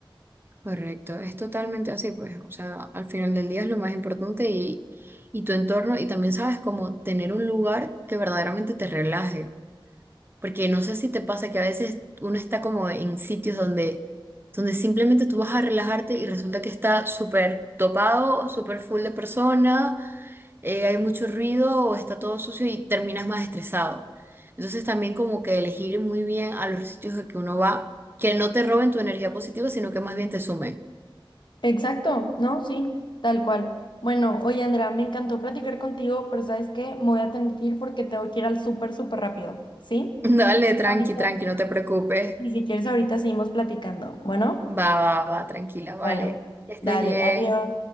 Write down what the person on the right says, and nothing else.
Correcto, es totalmente así, pues, o sea, al final del día es lo más importante y, y tu entorno y también sabes cómo tener un lugar que verdaderamente te relaje, porque no sé si te pasa que a veces uno está como en sitios donde, donde simplemente tú vas a relajarte y resulta que está súper topado, súper full de personas, eh, hay mucho ruido o está todo sucio y terminas más estresado. Entonces también como que elegir muy bien a los sitios a que uno va, que no te roben tu energía positiva, sino que más bien te sumen.
<laughs> Dale, tranqui,
tranqui, no te preocupes.
Va, va, va, tranquila, vale.
Que estés
bien.